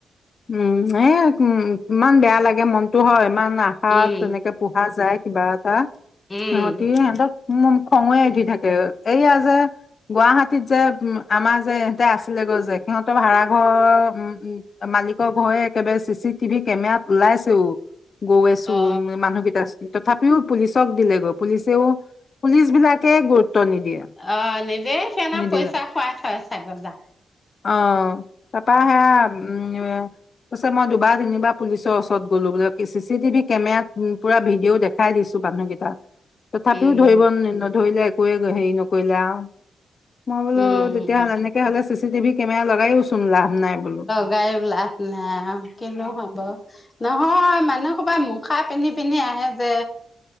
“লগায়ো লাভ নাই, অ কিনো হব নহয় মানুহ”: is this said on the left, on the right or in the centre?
Left